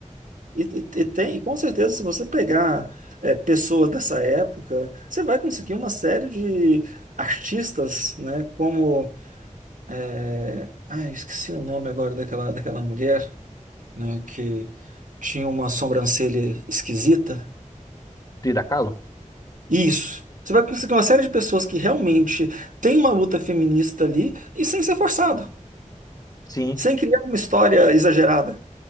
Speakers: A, on the right; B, on the left.
A: E, e- e tem, e com certeza, se você pegar é, pessoas dessa época, você vai conseguir uma série de artistas, né? Como. é, Ai, esqueci o nome agora daquela, daquela mulher. né, que tinha uma sobrancelha esquisita.
B: Frida Kahlo?
A: Isso. Você vai conseguir uma série de pessoas que realmente tem uma luta feminista ali e sem ser forçado,
B: Sim.
A: sem criar uma história exagerada.